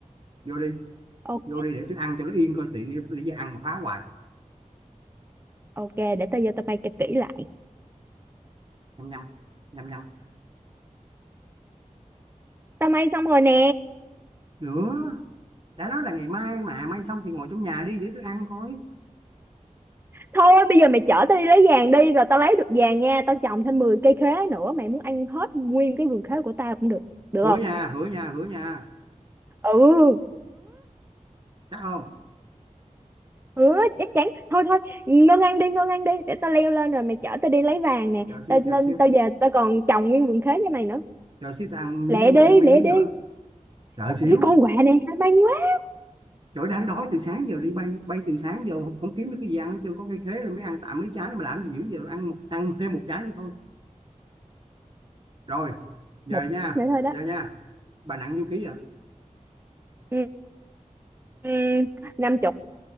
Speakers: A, on the right (about 40°); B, on the right (about 15°).
A: vô đi
B: Ô-
A: vô đi để tôi ăn cho nó yên coi tiện đi nãy giờ ăn mà phá hoài
B: ok để tao vô tao may cho kỹ lại
A: nhăm nhăm nhăm nhăm
B: tao may xong rồi nè
A: nữa đã nói là ngày mai mà may xong thì ngồi trong nhà đi để tôi ăn coi
B: thôi bây giờ mày chở tao đi lấy vàng đi rồi tao lấy được vàng nha tao trồng thêm 10 cây khế nữa mày muốn ăn hết nguyên cái vườn khế của tao cũng được được
A: hứa
B: không
A: nha hứa nha hứa nha
B: ừ
A: chắc không
B: Ừ chắc chắn Thôi thôi ngân ăn đi ngân ăn đi Để tao leo lên rồi mày chở tao đi lấy vàng nè
A: chờ xíu
B: Tao
A: chờ
B: lên
A: xíu
B: tao về tao còn trồng nguyên vườn khế cho mày nữa
A: chờ xíu ta ăn miếng
B: Lẹ đi
A: thêm mấy
B: lẹ
A: miếng
B: đi
A: nữa chờ
B: Trời,
A: xíu
B: Cái con quạ này hay mang quá
A: trời đang đói từ sáng giờ đi bay bay từ sáng giờ không, không kiếm được cái gì ăn hết trơn có cây khế rồi mới ăn tạm mấy trái mà làm gì dữ giờ ăn một ăn thêm một trái nữa thôi rồi giờ
B: Một
A: nha
B: nữa thôi đó
A: giờ nha bà nặng nhiêu ký vậy
B: ừ, ừ, Năm chục